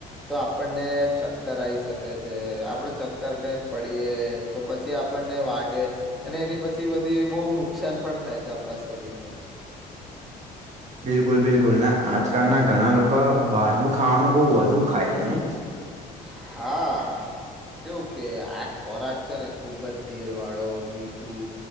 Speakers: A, in the centre; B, on the right.
A: તો આપણને ચક્કર આવી શકે છે. આપડ ચક્કર ખાઈને પડી જીઅ તો પછી આપણને વાગે અને એની પછી બધી બહુ નુકસાન પણ થાય છે આપણા શરીરને.
B: બિલકુલ બિલકુલ ને આજકાલના ઘણા લોકો બહારનું ખાવાનું બવ વધુ ખાય છે ને?
A: હા. કેવું કે આ ખોરાક છે ને ખુબ જ તેલ વાળો મીઠું